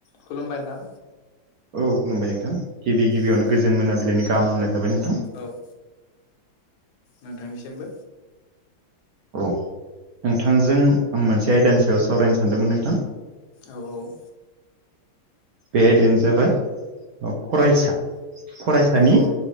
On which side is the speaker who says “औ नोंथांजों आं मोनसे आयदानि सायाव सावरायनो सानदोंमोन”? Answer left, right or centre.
Right